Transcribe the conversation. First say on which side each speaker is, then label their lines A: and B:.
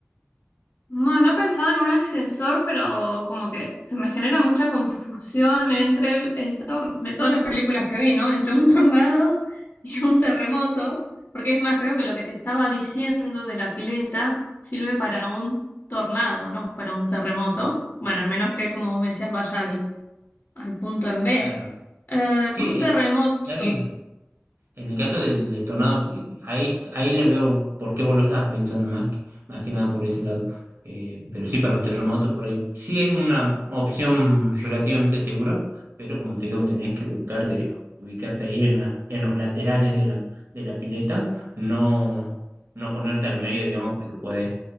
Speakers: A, on the left; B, on the right.
A: No, no pensaba en un ascensor, pero como que se me genera mucha confusión entre el, el tor- de todas las películas que vi, ¿no? Entre un tornado <laughs> y un terremoto, porque es más, creo que lo que te estaba diciendo de la pileta sirve para un tornado, no para un terremoto. Bueno, al menos que, como vos me decías, vaya al, al punto en B.
B: Claro.
A: Eh,
B: Sí,
A: un
B: eh,
A: terremoto.
B: claro,
A: Sí.
B: en el caso del, del tornado, ahí, ahí le veo por qué vos lo estabas pensando más, que- más que nada por ese lado. Eh, pero sí, para un terremoto, por ahí sí es una opción relativamente segura, pero como te digo, tenés que buscar de ubicarte ahí en, la- en los laterales de la, de la pileta, no, no ponerte al medio, digamos, porque puedes